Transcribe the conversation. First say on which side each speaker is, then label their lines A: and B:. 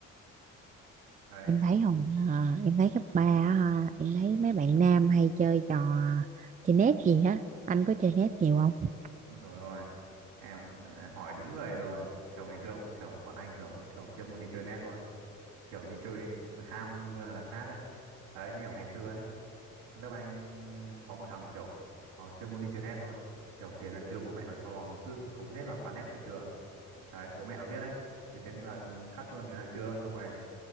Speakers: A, on the right; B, on the right.
A: Đấy,
B: Em thấy không à, em thấy cấp 3 á ha em thấy mấy bạn nam hay chơi trò chơi nét gì á anh có chơi nét nhiều không
A: ôi rồi ôi em ờ, hỏi đúng người rồi Kiểu ngày xưa kiểu bọn anh kiểu đúng kiểu chuyên môn đi chơi net luôn Kiểu đi chơi ham luôn là đằng khác ấy Đấy, nhiều ngày xưa ấy lớp anh có một thằng kiểu nó chuyên môn đi chơi net thôi kiểu tiền ăn trưa bố mẹ nó cho nó cứ cúng hết vào quán net buổi trưa đấy bố mẹ nó biết đấy thì thế là cắt luôn tiền ăn trưa xong rồi